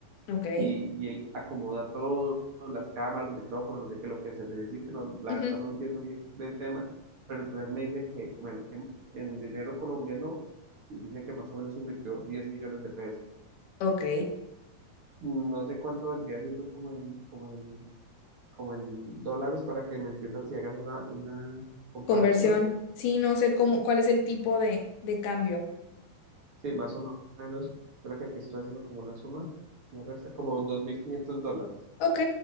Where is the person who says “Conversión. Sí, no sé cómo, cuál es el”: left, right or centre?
Left